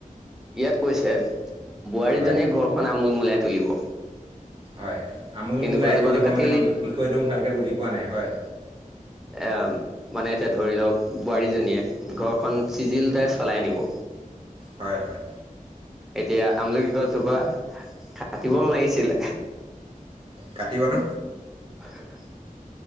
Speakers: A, in the centre; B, on the right.
A: ইয়াত কৈছে বোৱাৰীজনীয়ে
B: হয়
A: ঘৰখন আমোল মোলাই তুলিব।
B: হয়। আমোল
A: কিন্তু
B: মোলাই
A: গছজোপাটো
B: তুলিব
A: কাটিলি
B: মানে মই বিষয়টোও ভালকে বুজি পোৱা নাই হয়।
A: এ মানে এতিয়া ধৰি লওক বোৱাৰীজনীয়ে ঘৰখন চিজিলতে চলাই আনিব।
B: হয় হয়
A: এতিয়া আমলকি গছজোপা কাটিব নালাগিছিলে।
B: কাটিবতো
A: হে হে হে